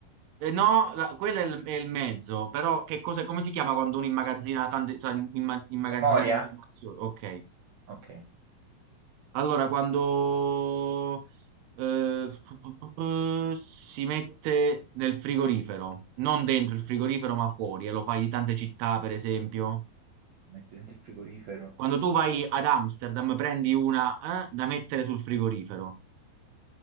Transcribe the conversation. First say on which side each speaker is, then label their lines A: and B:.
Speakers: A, on the right; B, on the right.
A: eh, no, la- quello è il, è il mezzo, però che cosa, come si chiama quando uno immagazzina tante, cioè, imma- immagazzinare
B: Memoria?
A: informazioni? Ok.
B: Ok.
A: Allora, quando eh, pu- pu- pu- pu- si mette nel frigorifero, non dentro il frigorifero, ma fuori, e lo fai in tante città, per esempio.
B: Metto dentro il frigorifero.
A: Quando tu vai ad Amsterdam, prendi una eh, da mettere sul frigorifero.